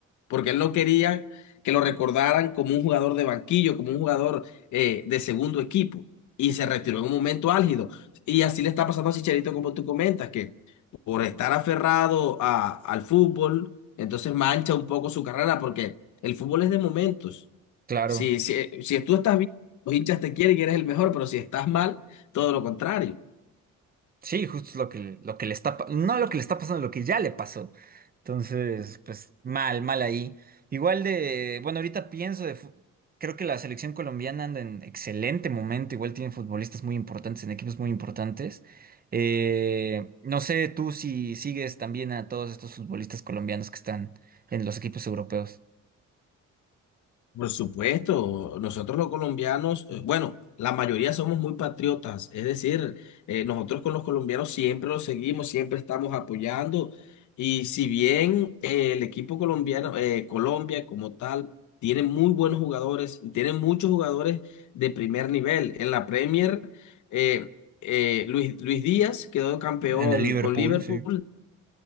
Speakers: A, on the left (about 75°); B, on the right (about 30°).
A: porque él no quería que lo recordaran como un jugador de banquillo, como un jugador eh, de segundo equipo. Y se retiró en un momento álgido. Y así le está pasando a Chicharito, como tú comentas, que por estar aferrado a- al fútbol, entonces mancha un poco su carrera, porque el fútbol es de momentos.
B: claro.
A: Si, si, si tú estás bien, los hinchas te quieren y eres el mejor, pero si estás mal, todo lo contrario.
B: Sí, justo lo que, lo que le está, pa- no lo que le está pasando, lo que ya le pasó. Entonces, pues mal, mal ahí. Igual de, bueno, ahorita pienso de, fu- creo que la selección colombiana anda en excelente momento, igual tienen futbolistas muy importantes, en equipos muy importantes. Eh, no sé tú si sigues también a todos estos futbolistas colombianos que están en los equipos europeos.
A: Por supuesto, nosotros los colombianos, eh, bueno, la mayoría somos muy patriotas, es decir, eh, nosotros con los colombianos siempre los seguimos, siempre estamos apoyando y si bien eh, el equipo colombiano, eh, Colombia como tal, tiene muy buenos jugadores, tiene muchos jugadores de primer nivel. En la Premier, eh, eh, Luis, Luis Díaz quedó campeón
B: En el Liverpool,
A: con Liverpool
B: sí.